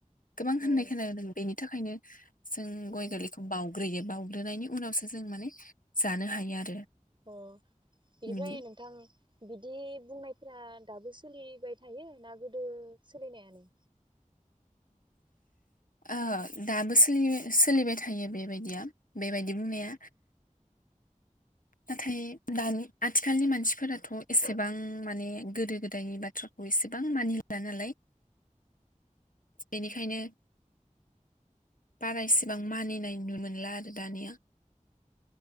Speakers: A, on the left; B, on the right.
A: गोबां होननाय
B: औ
A: खोनादों बेनि थाखायनो जों
B: उम
A: गय गोरलैखौ बावग्रोयो बाव उन्दुनायनि उनावसो जों माने जानो हायो आरो।
B: अ' बिनिफ्राय
A: बिदि
B: नोंथां बिदि बुंनायफोरा दाबो सोलिबाय थायो ना गोदो सोलिनायानो?
A: ओ दाबो सोलिबाय थायो बेबायदि बेबायदि बुंनाया। नाथाय दानि आथिखालनि मानसिफोराथ एसेबां माने गोदो गोदायनि बाथ्राखौ एसेबां मानिला नालाय। बेनिखायनो बारा एसेबां मानिनाय नुनो मोनला आरो दानिया।